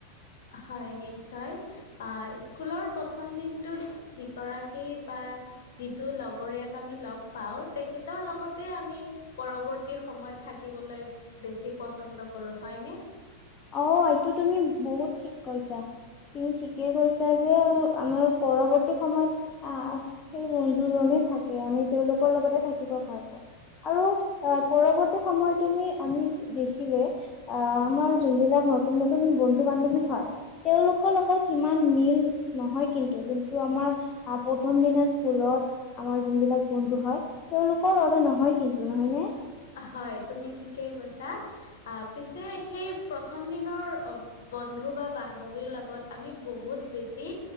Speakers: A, on the left (about 55°); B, on the left (about 30°).
A: হয় নিশ্চয়, আহ, স্কুলৰ প্ৰথম দিনটোত যিগৰাকী বা <unintelligible> যিটো লগৰীয়াক আমি লগ পাওঁ, তেখেতৰ লগতে আমি পৰৱৰ্তী সম <unintelligible> থাকিবলৈ বেছি পচন্দ কৰোঁ হয়নে?
B: অ এইটো তুমি বহুত ঠিক কৈছা তুমি ঠিকে কৈছা যে আমাৰ <unintelligible> পৰৱৰ্তী সময়ত আহ, সেই বন্ধুজনে থাকে আমি তেওঁলোকৰ লগতে থাকিব ভাল পাওঁ। আৰু পৰৱৰ্তী সময়ত তুমি আমি দেখিলে অ', আমাৰ যোনবিলাক নতুন নতুন বন্ধু বান্ধৱী হয় তেওঁলোকৰ লগত সিমান মিল নহয় কিন্তু যো <unintelligible> আমাৰ প্ৰথম দিনা স্কুলত আমাৰ যোনবিলাক বন্ধু হয়, তেওঁলোকৰ দৰে নহয় <unintelligible> কিন্তু নহয়নে?
A: হয় তুমি ঠিকেই কৈছা আহ পিছে সেই প্ৰথম দিনৰ <unintelligible> বন্ধু বা বান্ধৱীৰ লগত আমি বহুত বেছি